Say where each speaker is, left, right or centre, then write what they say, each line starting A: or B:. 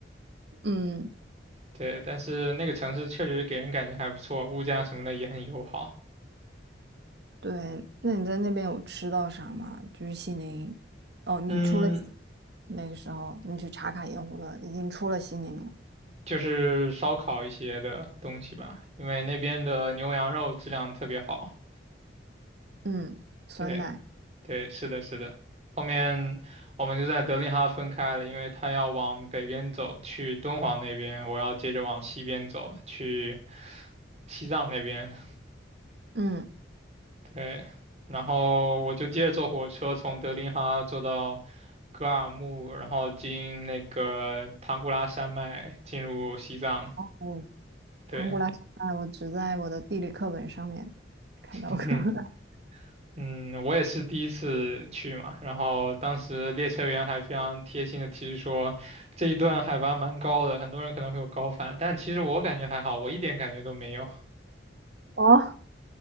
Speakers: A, on the right; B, on the right.
A: <laughs> 嗯，
B: 对，但是那个城市确实给人感觉还不错，物价什么的也很友好。
A: 对，那你在那边有吃到啥吗？就是西宁，哦，你出了西
B: 嗯，
A: 那个时候，你去茶卡盐湖了，已经出了西宁了。
B: 就是烧烤一些的东西吧，因为那边的牛羊肉质量特别好。
A: 嗯，酸奶，
B: 对，对，是的，是的。后面我们就在德令哈分开了，因为他要往北边走去敦煌那边，我要接着往西边走去西藏那边。
A: 嗯，
B: 对，然后我就接着坐火车从德令哈坐到格尔木，然后经那个唐古拉山脉进入西藏。
A: 哦，
B: 对，
A: 唐古拉酸奶，我只在我的地理课本上面看到过。
B: <laughs>
A: <laughs>
B: 嗯。嗯，我也是第一次去嘛，然后当时列车员还非常贴心的提示说，这一段海拔蛮高的，很多人可能会有高反，但其实我感觉还好，我一点感觉都没有。
A: 哦，